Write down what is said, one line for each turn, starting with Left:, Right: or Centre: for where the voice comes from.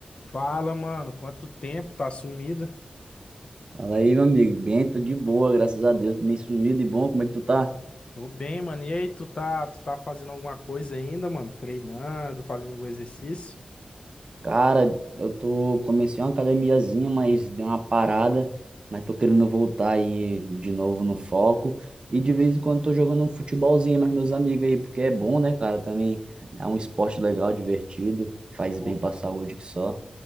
Left: Fala, mano, quanto tempo tá sumido?
Right: Fala aí, meu amigo. Bem, tô de boa, graças a Deus. Meio sumido e bom, como é que tu tá?
Left: Tô bem, mano. E aí, tu tá, tu tá fazendo alguma coisa ainda, mano? Treinando, fazendo algum exercício?
Right: Cara, eu tô, comecei uma academiazinha, mas deu uma parada, mas tô querendo voltar aí de novo no foco. E de vez em quando tô jogando um futebolzinho mas meus amigos aí, porque é bom, né, cara? Também é um esporte legal, divertido, faz
Left: Pô,
Right: bem pra saúde que só.